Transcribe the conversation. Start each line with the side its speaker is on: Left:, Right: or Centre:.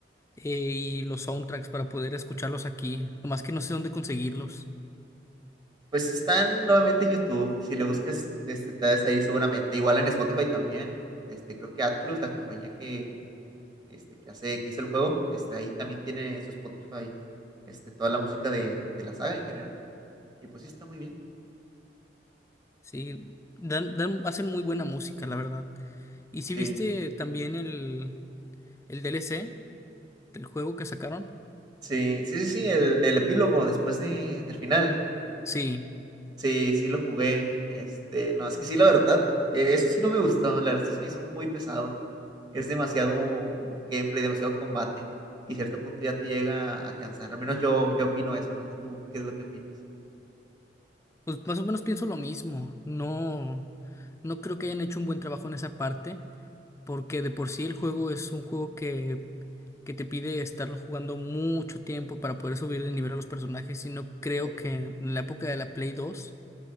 Left: eh, y los soundtracks para poder escucharlos aquí, nomás que no sé dónde conseguirlos.
Right: Pues están nuevamente en YouTube, si le buscas, este, te das ahí seguramente, igual en Spotify también, este, creo que Atlus, la compañía que, este, que hace, que hizo el juego, este, ahí también tiene en su Spotify, este, toda la música de, de la saga en general, y pues sí, está muy bien,
Left: Sí, dan, dan, hacen muy buena música, la verdad. ¿Y si
Right: sí.
Left: viste también el, el DLC del juego que sacaron?
Right: Sí, sí, sí, sí, el, el epílogo después de, del final.
Left: Sí,
Right: Sí, sí lo jugué. Este, no, es que sí, la verdad, eh, eso sí no me gustó. La verdad sí se me hizo muy pesado. Es demasiado gameplay, demasiado combate. Y a cierto punto ya te llega a cansar. Al menos yo, yo opino eso. No sé tú qué es lo que opinas.
Left: pues más o menos pienso lo mismo. No, no creo que hayan hecho un buen trabajo en esa parte, porque de por sí el juego es un juego que, que te pide estarlo jugando mucho tiempo para poder subir de nivel a los personajes, y no creo
Right: Sí,
Left: que en la época de la Play 2